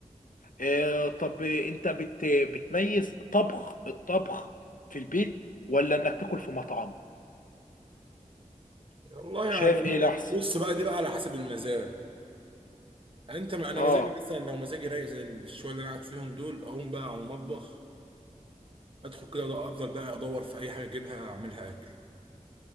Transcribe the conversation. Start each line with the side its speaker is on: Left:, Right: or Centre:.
Left: آه طب انت بت بتميز طبخ الطبخ في البيت ولا انك تاكل في مطعم
Right: والله
Left: شايف
Right: يعني
Left: ايه الاحسن
Right: بص بقى دي بقى على حسب المزاج يعني انت ما انا
Left: اه
Right: مزاجي مثلا لو مزاجي رايق زي الشويه اللي انا قاعد فيهم دول اقوم بقى على المطبخ ادخل كده ده افضل بقى ادور في اي حاجه اجيبها اعملها اكل